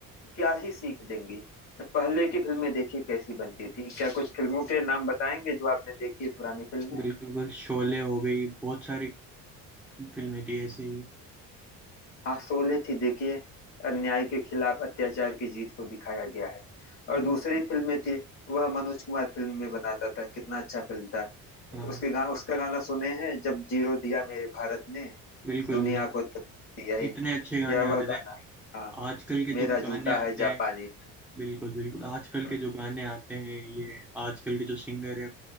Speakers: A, on the left; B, in the centre.
A: क्या ही सीख देंगी पहले की फिल्में देखिए कैसी बनती थी क्या कुछ फिल्मों के नाम बताएंगे जो आपने देखी है पुरानी फिल्में
B: बिल्कुल बिल्कुल शोले हो गई बहुत सारी फिल्में थी ऐसे ही
A: हाँ शोले थी देखिए अन्याय के खिलाफ अत्याचार की जीत को दिखाया गया है और
B: बिल-
A: दूसरी फिल्में थी वह मनोज कुमार फिल्म में बनाता था कितना अच्छा फिल्म था
B: हाँ
A: उसके गा, उसका गाना सुने हैं जब जीरो दिया मेरे भारत ने
B: बिल्कुल
A: दुनिया
B: बिल्कुल
A: को तकलीफ दिया है
B: इतने अच्छे गाने
A: या वह
B: आते
A: गाना
B: थे आ-
A: हाँ
B: आजकल के
A: मेरा
B: जो गाने
A: जूता
B: आते
A: है जापानी
B: हैं बिल्कुल बिल्कुल आजकल
A: हम्म,
B: के जो गाने आते हैं ये आजकल के जो सिंगर है